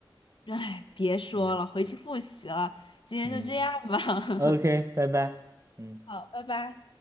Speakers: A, on the left; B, on the right.
A: 哎，别说了，
B: 嗯
A: 回去复习了，今天就这样吧。
B: 嗯，OK，
A: <laughs>
B: 拜拜。嗯。
A: 好，拜拜。